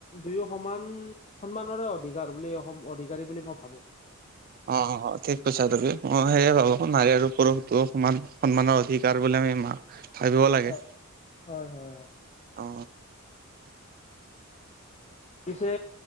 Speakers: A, on the left; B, on the right.
A: দুয়ো সমান সন্মানৰে অধিকাৰ বুলি অসম অধিকাৰী বুলি মই ভাবো
B: অ অ অ ঠিক কৈছা তুমি অ সেয়ে ভাবো নাৰী আৰু পুৰুষতো সমান সন্মানৰ অধিক ভাবিব লাগে
A: হয় হয় হয় হয়
B: অ
A: পিছে